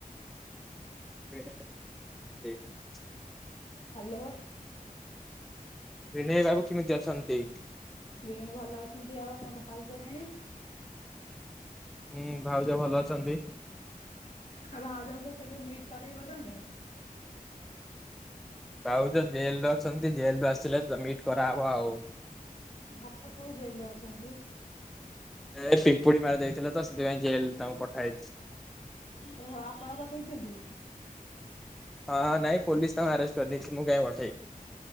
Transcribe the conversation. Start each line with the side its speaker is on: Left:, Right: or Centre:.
Centre: <inaudible>
Left: ହ୍ୟାଲୋ।
Centre: ବିନୟ ବାବୁ କେମିତି ଅଛନ୍ତି?
Left: ଭିଣେଇ ଭଲ ଅଛନ୍ତି ଆଉ ଆମ ଭାଉଜରାଣୀ?
Centre: ହୁଁ ଭାଉଜ ଭଲ ଅଛନ୍ତି।
Left: ଆଉ ଭାଉଜଙ୍କ ସହ କେବେ ମିଟ୍ କରେଇବ ତମେ?
Centre: ଭାଉଜ ଜେଲରେ ଅଛନ୍ତି ଜେଲରୁ ଆସିଲେ ସବମିଟ୍ କରାହେବ ଆଉ
Left: ଭା <inaudible> କୋଉ ଜେଲ ରେ ଅଛନ୍ତି?
Centre: ଏଏ ପିମ୍ପୁଡ଼ି ମାରି ଦେଇେଇଥିଲେ ତ ସେଥିପାଇଁ ଜେଲ୍ ତାଙ୍କୁ ପଠା ହେଇଛି।
Left: ଓହୋ ଆପଣ ପଠେଇଛନ୍ତି
Centre: ହଁଅ, ନାଇଁ ପୋଲିସ୍ ତାଙ୍କୁ ଆରେଷ୍ଟ କରିିନେଇଛି ମୁଁ କାଇଁ <inaudible>